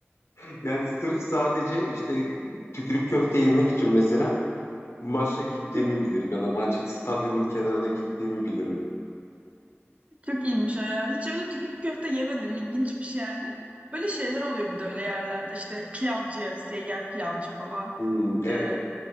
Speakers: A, on the left (about 80°); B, on the right (about 30°).
A: <laughs> Yani sırf sadece işte tükürük köfte yemek için mesela maça gittiğimi
B: <laughs>
A: bilirim ya da maç stadyumun kenarına gittiğimi bilirim.
B: Çok iyiymiş o ya. Hiç öyle tükürük köfte yemedim. İlginç bir şey yani. Böyle şeyler oluyor bir de öyle yerlerde işte pilavcı, seyyar pilavcı falan.
A: Hmm, evet
B: Ee,